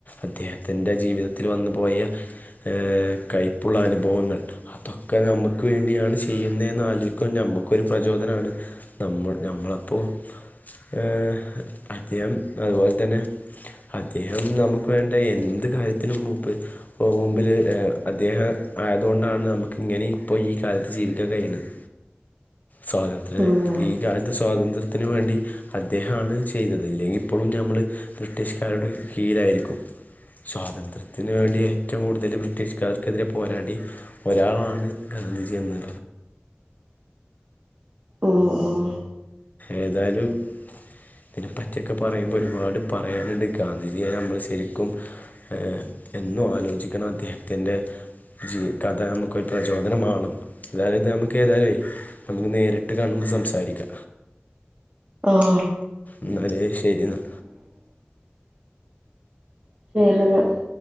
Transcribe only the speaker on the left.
അദ്ദേഹത്തിന്റെ ജീവിതത്തിൽ വന്നു പോയ ഏഹ് കയ്പ്പുള്ള അനുഭവങ്ങൾ അതൊക്കെ നമ്മുക്ക് വേണ്ടിയാണ് ചെയ്യുന്നെന്ന് ആലോയിക്കുമ്പോ നമ്മക്കൊരു പ്രചോദനാണ്. നമ്മൾ നമ്മളപ്പോ ഏഹ് അദ്ദേഹം അതുപോലെ തന്നെ അദ്ദേഹം നമുക്ക് വേണ്ട എന്ത് കാര്യത്തിനുംമൂപ്പ് പോമ്പില് ഏഹ് അദ്ദേഹം ആയതുകൊണ്ടാണ് നമുക്ക് ഇങ്ങനേം ഇപ്പോ ഈ കാലത്ത് ജീവിക്കാൻ കഴിയുന്നത്. സ്വാതന്ത്ര്യ
ഈ കാലത്ത് സ്വാതന്ത്ര് ത്തിന് വേണ്ടി അദ്ദേഹാണ് ചെയ്തത് ഇല്ലെങ്കിൽ ഇപ്പളും ഞമ്മള് ബ്രിട്ടീഷുകാരുടെ കീഴായിരിക്കും സ്വാതന്ത്ര്യത്തിന് വേണ്ടി ഏറ്റവും കൂടുതൽ ബ്രിട്ടീഷുകാർക്കെതിരെ പോരാടി ഒരാളാണ് ഗാന്ധിജി എന്ന്
ഏതായലും അതിനെ പറ്റിഒക്കെ പറയുമ്പോയ് ഒരുപാട് പറയാനുണ്ട് ഗാന്ധിജിയെ നമ്മള് ശെരിക്കും ഏ.. എന്നും ആലോചിക്കണം. അദ്ദേഹത്തി്ൻ്റെ ജീ കഥ നമുക്കൊരു പ്രചോദനമാണം അതായാലും ഇത് നമുക്ക് ഏതായാലും നമുക്ക് നേരി ട്ട് കാണുമ്പോ സംസാരിക്ക
ഇന്നാല് ശരി ന്നാ